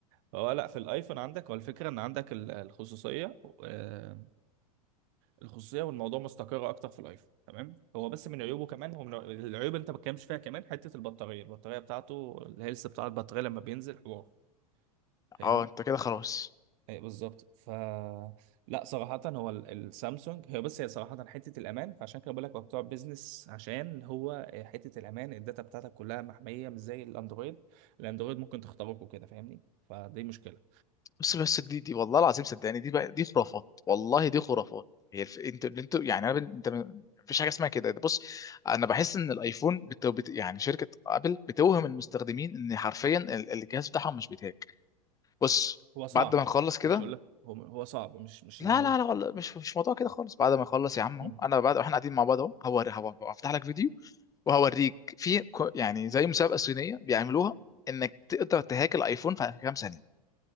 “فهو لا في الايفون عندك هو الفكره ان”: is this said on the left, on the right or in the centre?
Right